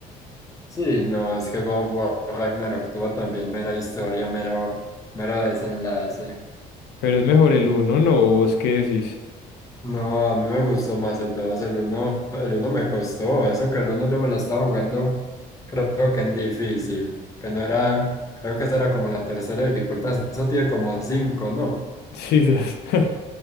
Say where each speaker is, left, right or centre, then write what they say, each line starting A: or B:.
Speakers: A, on the left; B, on the left.
A: Sí, no, es que God of War Ragnarok tuvo también mera historia, mero, mero desenlace.
B: Pero es mejor el uno, ¿no? ¿Vos qué decís?
A: No, a mí me gustó más el dos el uno el uno me costó, eso que el uno yo me lo estaba jugando, creo que en difícil, que no era, creo que esa era como la tercera dificultad, eso tiene como cinco ¿no?
B: Sí, das- <laughs>